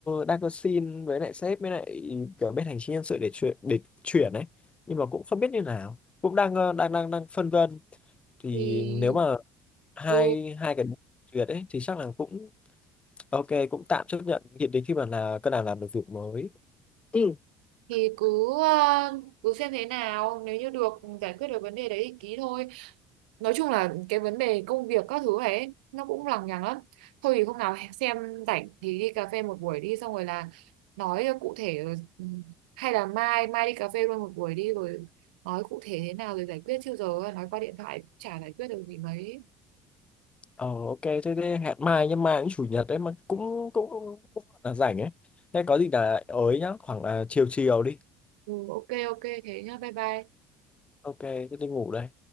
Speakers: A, on the left; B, on the right.
A: đang cơ xin với lại sếp với lại kiểu bên hành chính nhân sự để chuyển để chuyển ấy nhưng mà cũng không biết như nào cũng đang ờ, đang đang đang phân vân thì
B: thì
A: nếu mà hai
B: ừ
A: hai cái duyệt ấy thì chắc là cũng ok cũng tạm chấp nhận hiện đến khi mà là cơ nào làm được việc mới ừ
B: thì cứ ờ, cứ xem thế nào nếu như được giải quyết được vấn đề đấy thì ký thôi nói chung là cái vấn đề công việc các thứ ấy nó cũng lằng nhằng lắm thôi thì hôm nào xem rảnh thì đi cà phê một buổi đi xong rồi là nói cho cụ thể ừ, hay là mai mai đi cà phê luôn một buổi đi rồi nói cụ thể thế nào rồi giải quyết chứ giờ nói qua điện thoại cũng chả giải quyết được gì mấy
A: ờ ok thế, thế hẹn mai nhưng mai cũng chủ nhật đấy mà cũng cũng, cũng, cũng là rảnh ấy thế có gì là ới nhá khoảng là chiều chiều đi
B: ừ, ok ok thế nhá bye bye
A: ok thế đi ngủ đây